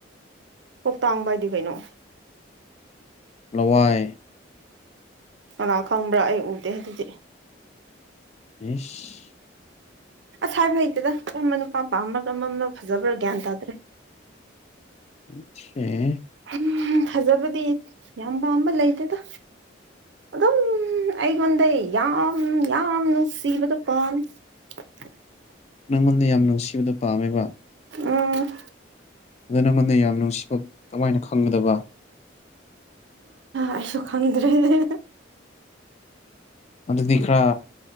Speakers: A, on the right; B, on the left.
A: ꯀꯣꯛꯇꯥꯡꯕ ꯍꯥꯏꯗꯤ ꯀꯩꯅꯣ
B: ꯂꯋꯥꯏ
A: ꯀꯅꯥ ꯈꯪꯕ꯭ꯔꯥ ꯑꯩ ꯎꯗꯦ ꯑꯗꯨꯗꯤ
B: ꯏꯁ
A: ꯍꯥꯏꯕ ꯍꯩꯇꯗ <unintelligible> ꯅꯨꯄꯥ ꯃꯄꯥꯝꯕꯔꯥ <unintelligible> ꯐꯖꯕ꯭ꯔꯥ ꯒ꯭ꯌꯥꯟ ꯇꯥꯗ꯭ꯔꯦ
B: <unintelligible>
A: ꯎꯝ ꯐꯖꯕꯗꯤ ꯌꯥꯝ ꯄꯝꯕ ꯂꯩꯇꯦꯗ ꯑꯗꯨꯝ ꯑꯩꯉꯣꯟꯗ ꯌꯥꯝ ꯌꯥꯝ ꯅꯨꯡꯁꯤꯕꯗꯨ ꯄꯝꯃꯦ <unintelligible>
B: ꯅꯪꯉꯣꯟꯗ ꯌꯥꯝ ꯅꯨꯡꯁꯤꯕꯗꯣ ꯄꯥꯝꯃꯦꯕ
A: ꯎꯝ
B: ꯑꯗꯣ ꯅꯪꯉꯣꯟꯗ ꯌꯥꯝ ꯅꯨꯡꯁꯤꯕ ꯀꯃꯥꯏꯅ ꯈꯪꯒꯗꯕ
A: ꯑꯩꯁꯨ ꯈꯪꯗ꯭ꯔꯦ ꯑꯗꯨꯗꯤ
B: ꯑꯗꯨꯗꯤ ꯈꯔ